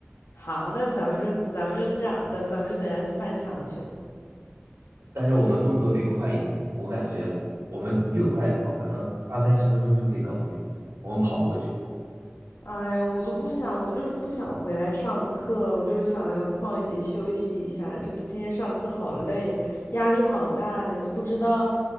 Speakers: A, on the left; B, on the right.
A: 好，那咱们就咱们就这样，咱咱们就等下去翻墙去。
B: 但是我们动作得快一点，我感觉我们越快越好，可能二三十分钟就可以搞定。我们跑过去。
A: 哎呀，我都不想，我就是不想回来上课，我就是想要旷一节休息一下。这个天天上课好累呀，压力好大呀，都不知道